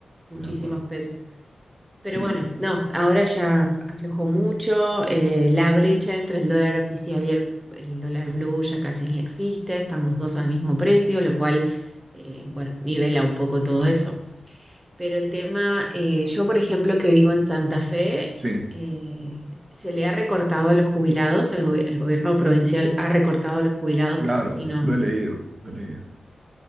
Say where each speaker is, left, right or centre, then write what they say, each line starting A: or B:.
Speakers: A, on the right; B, on the right.
A: muchísimos
B: me acuerdo.
A: pesos.
B: Sí,
A: Pero bueno, no, ahora ya af- aflojó mucho, eh, la brecha entre el dólar oficial y el, el dólar blue ya casi ni existe, están los dos al mismo precio, lo cual, eh, bueno, nivela un poco todo eso. Pero el tema, eh, yo por ejemplo que vivo en Santa Fe,
B: Sí,
A: eh, se le ha recortado a los jubilados, el, gobi- el gobierno provincial ha recortado a los jubilados,
B: claro,
A: que eso sí no...
B: lo he leído, lo he leído.